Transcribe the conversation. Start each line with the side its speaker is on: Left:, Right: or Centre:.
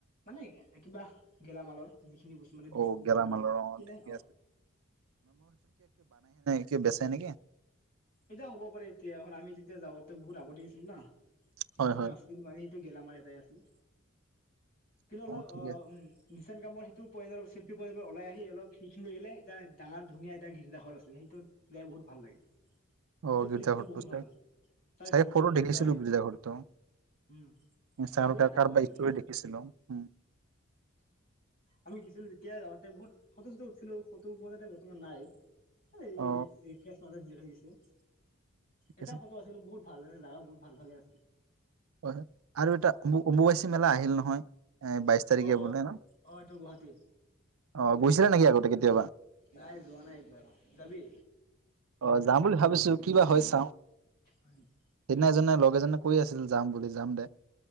Left: মানে কিবা গেলামালৰ যিখিনি বস্তু মানে বিস্কুট
Right: অ' গেলামালৰ
Left: ম কি
Right: ঠিকে
Left: অ'
Right: আছে। কে বেচাই নেকি?
Left: এতিয়া হ'ব পাৰে এতিয়া এখন আমি তেতিয়া যাওঁতে বহুত আগতে আছিলো ন তেতিয়াতো
Right: হয় হয়
Left: নাছিল মানে সেইটো গেলামাৰ এটাই আছিল কিন্তু অলপ
Right: ঠিকে
Left: অ
Right: আছে।
Left: উ ইচেণ্ট কামৰ সেইটো পৰ শিল্পী পয়নোৰ ওলাই আহি অলপ সিখিনিলে, এটা ডাঙৰ ধুনীয়া এটা গীৰ্জাঘৰ আছে, সেইটোত যাই বহুত ভাল লাগে।
Right: অ'
Left: এইটো
Right: গীৰ্জা
Left: প্লেচটা
Right: ঘৰটো
Left: বহুত ভাল, তাৰ
Right: চাগে
Left: ভিউটো
Right: ফটো
Left: মজা
Right: দেখিছিলো
Left: আহে
Right: গীৰ্জা ঘৰটো
Left: উম,
Right: ইনষ্টাগ্ৰামত
Left: পোৰা
Right: কাৰ-
Left: ডাঙৰ
Right: কাৰোবাৰ
Left: একদম
Right: ষ্টৰি দেখিছিলো। উম।
Left: আমি গৈছিলো যেতিয়া বহুত ফটো চটো উঠছিলো। ফটো উপজা বৰ্তমান নাই।
Right: অ
Left: এই এৰি ইতিসাহ মাজ <inaudible>
Right: ঠিক
Left: এটা
Right: আছে
Left: ফটো আছিলো বহুত ভাল জাগ বহুত ভাল, ভালে আছে।
Right: হয়-হয় আৰু এটা অম-অম্বুবাচী মেলা আহিল নহয়। এ বাইশ তাৰিখে
Left: অ
Right: বোলে ন
Left: আহ এইটো গুৱাহাটীত
Right: অ গৈছিলা নেকি আগতে কেতিয়াবা
Left: নাই যোৱা নাই একবাৰ যাবি।
Right: অ, যাম বুলি ভাবিছো কিবা হয় চাও।
Left: <unintelligible>
Right: সনাজনে লগ এজনে কৈ আছিল যাম বুলি যাম দে।